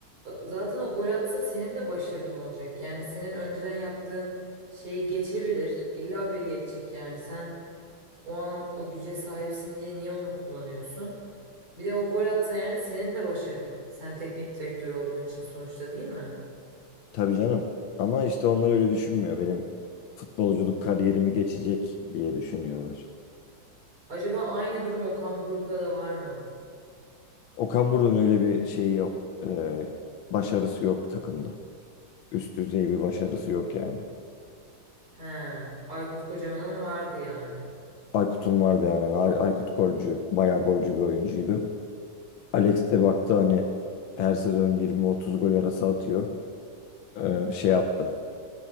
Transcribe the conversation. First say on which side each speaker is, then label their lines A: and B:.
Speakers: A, on the right (about 80°); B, on the left (about 75°).
A: e, zaten o gol atsa senin de başarın olacak. Yani senin önceden yaptığın şeyi geçebilir. İlla biri geçecek yani. Sen o an o güce sahipsin diye niye onu kullanıyorsun? Bir de o gol atsa yani senin de başarın. Sen teknik direktör olduğun için sonuçta değil mi?
B: Tabii canım. Ama işte onlar öyle düşünmüyor. Benim futbolculuk kariyerimi geçecek diye düşünüyorlar.
A: Acaba aynı durum Okan Buruk'ta da var mı?
B: Okan Buruk'un öyle bir şeyi yok. Ee, başarısı yok takımda. Üst düzey bir başarısı yok yani.
A: He, Aykut Kocaman'ın vardı yani.
B: Aykut'un vardı yani. Ay- Aykut golcü, bayağı golcü bir oyuncuydu. Alex de baktı hani her sezon 20-30 gol arası atıyor. Ee, şey yaptı.